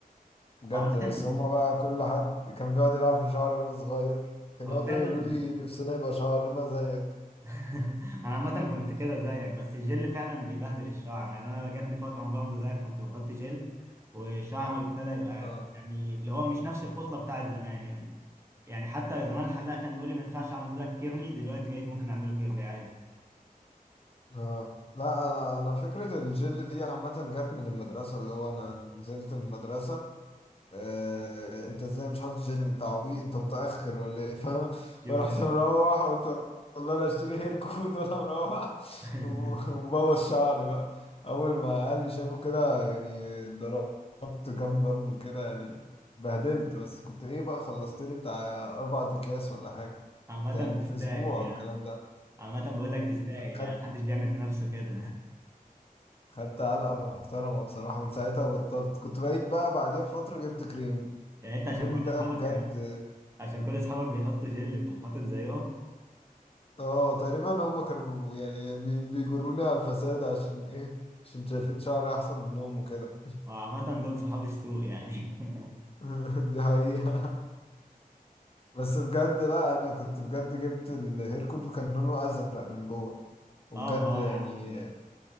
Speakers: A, on the left; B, on the right.
A: بجد
B: هو عامة
A: بس هما بقى كل حد كان بيقعد يلعب في شعري وانا صغير كانوا
B: هو
A: يقعدوا
B: فعلا
A: يقولوا لي نفسنا يبقى شعرنا زيك
B: <laughs> انا عامه كنت كده زيك بس الجل فعلا بيبهدل الشعر يعني انا جات لي فتره برضه زيك كنت بحط جل وشعري ابتدى يبقى
A: اه
B: يعني اللي هو مش نفس الخصله بتاعت زمان يعني يعني حتى زمان الحلاق كان بيقول لي ما ينفعش اعمله لك كيرلي دلوقتي بقيت ممكن اعمله كيرلي عادي
A: اه لا انا انا فكرة الجل دي عامة جت من المدرسة اللي هو انا نزلت المدرسة آه، انت ازاي مش حاطط جل انت عبيط انت متأخر ولا ايه فاهم
B: شفت
A: فرحت
B: ال-
A: مروح وقلت والله لا اشتري هير كود وانا مروح
B: <laughs>
A: <laughs> ومبوظ شعري بقى اول ما اهلي شافوا كده يعني ضربت كام ضرب كده يعني بهدلت بس كنت ايه بقى خلصت لي بتاع اربع اكياس ولا حاجة
B: عامه
A: كنت يعني
B: تستاهل
A: في اسبوع
B: يعني
A: الكلام ده
B: عامه بقول لك تستاهل
A: خدت
B: يعني محدش بيعمل في نفسه كده
A: خدت علقة محترمة بصراحة من ساعتها بطلت كنت بقيت بقى بعديها بفترة جبت كريم
B: <laughs> يعني انت عشان
A: كريم
B: كل
A: ده
B: اصحابك
A: بجد
B: كان عشان كل اصحابك بيحطوا جل تقوم حاطط زيهم
A: اه تقريبا هم كانوا يعني بي بيجروني على الفساد عشان ايه عشان شايفين شعري احسن منهم وكده
B: وعامة دول صحاب السوق يعني <laughs>
A: <laughs> دي حقيقة بس بجد لا انا كنت بجد جبت الهير كود وكان لونه ازرق من جوه وبجد
B: اه ما هو
A: يعني
B: انا عارفه ده